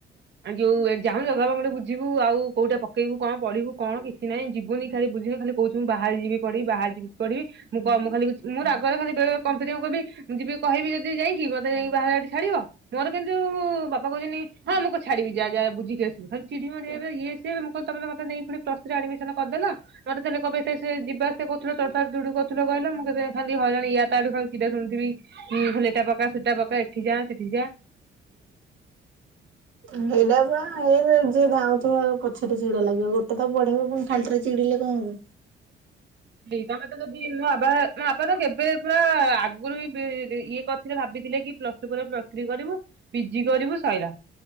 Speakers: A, on the right; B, on the right.
A: ଆଉ ଯୋଉ ଏ ଯାଉନୁ ଜଗ ବାବାଙ୍କ ଠୁ ବୁଝିବୁ ଆଉ କୋଉଟା ପକେଇବୁ କଣ ପଢିବୁ କଣ କିଛି ନାଇଁ ଯିବୁନି ଖାଲି ବୁଝିବୁ ଖାଲି କହୁଚୁ ମୁଁ ବାହାରେ ଯିବି ପଢିବି ବାହାର ଯିବି ପଢିବି ମୁଁ କଣ ମୁଁ ଖାଲି କହୁଛି ମୁଁ ରାଗରେ ଖାଲି ବେଳେ ବେଳେ କମ୍ପିଟିବି କହିବି ମୁଁ ଯିବି କହିବି ଯଦି ଯାଇକି ମତେ ଯାଇକି ବାହାର ଆଡେ ଛାଡିବ ମୋର କିନ୍ତୁ ବାପା କହୁଛନ୍ତିି ହଁ ମୁଁ କ ଛାଡିବି ଯାଆ ଯାଆ ବୁଝିକି କି ଆସିବୁ ଖାଲି ଚିଡିି ମୋଡ଼ି ହେବେ ଇଏ ସିଏ ହେବେ ମୁଁ କହିବି ତମେ ତ ମତେ ନେଇକି ପୁଣି ପ୍ଲସ ଥ୍ରୀ ଆଡିମିସନ କରିଦେଲ ମୋତେ ତାହାଲେ କହିବେ ତ ସିଏ ଯିବା ଆସିଆ କହୁଥିଲେ ତୋର ତାର ଡୁଡୁ କରୁଥିଲ କହିଲ ମୁଁ କହିଲେ ଖାଲି ହଇରାଣ ୟା ତା ଆଡୁ ଖାଲି ଚିଡା ଶୁଣୁଥିବି। ହୁଁ ଖାଲି ଏଇଟା ପକା ସେଇଟା ପକା ଏଠି ଯାଆ ସେଠି ଯାଆ।
B: ହୁଁ ସେଇଟା ବା। ଏ ସେ ଯିଏ ଧାାଉଁଥିବ ଆଉ ପଛରେ ଚିଡା ଲାଗିବ ଗୋଟେ ତ ପଢେଇବ ପୁଣି ଖାଲି ଟାରେ ଚିଡିଲେ କଣ ହବ।
A: ଦେଇ ତମେ ତ ଯଦି ମୋ ବାବା ମୋ ବାପା ତ କେବେ ପୁରା ଆଗୁରୁ ହିଁ ବି ଦି ଇଏ କରିଥିଲେ ଭାବିଥିଲେ କେଇକି ପ୍ଲସ୍ ଟୁ ପରେ ପ୍ଲସ ଥ୍ରୀ କରିବୁ ପି ଜି କରିବୁ ସଇଲା।